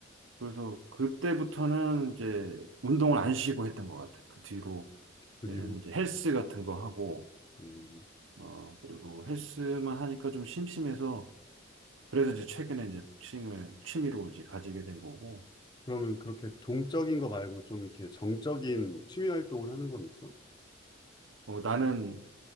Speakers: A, on the right (about 75°); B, on the left (about 20°).
A: 그래서 그때부터는 이제 운동을 안 쉬고 했던 것 같아요. 그 뒤로는
B: 그 뒤로.
A: 이제 헬스 같은 거 하고,
B: 음.
A: 어, 그리고 헬스만 하니까 좀 심심해서, 그래서 이제 최근에 이제 복싱을 취미로 이제 가지게 된 거고,
B: 그러면 그렇게 동적인 거 말고 좀 이렇게 정적인 취미 활동을 하는 건 있어?
A: 어, 나는